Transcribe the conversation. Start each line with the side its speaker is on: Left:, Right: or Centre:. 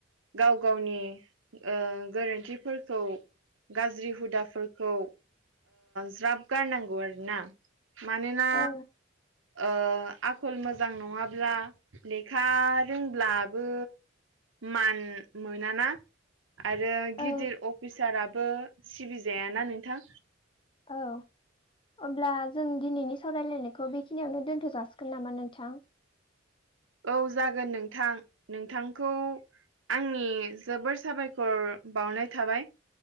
Right: गाव गावनि ओ गोरोन्थिफोरखौ गाज्रि हुदाफोरखौ ज्राब गारनांगौ आरोना। मानोना
Left: औ
Right: ओ आखल मोजां नङाब्ला लेखा रोंब्लाबो मान मोनाना। आरो गिदिर
Left: औ
Right: अफिसाराबो सिबिजायाना नोंथां?
Left: औ। अब्ला जों दिनैनि सावरायलायनायखौ बेखिनियावनो दोनथ' जाासिगोन नामा नोंथां?
Right: औ जागोन नोंथां। नोंथांखौ आंनि जोबोर साबायखर बाउनाय थाबाय